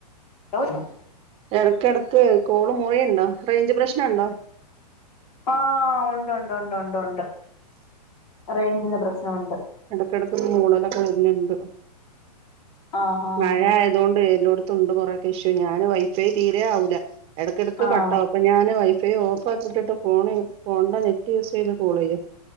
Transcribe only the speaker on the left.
<unintelligible>
ആഹ് ഉണ്ട്, ഉണ്ട്, ഉണ്ട്, ഉണ്ട്, ഉണ്ട് റേയ്ഞ്ചിന്റെ പ്രശ്നൊണ്ട്.
ആഹ് ആഹ്
ആഹ് ആഹ്